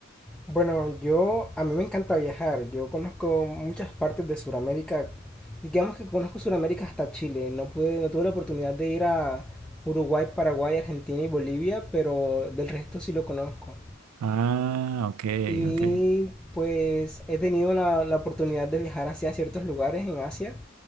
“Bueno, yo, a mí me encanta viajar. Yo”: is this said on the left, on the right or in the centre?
Centre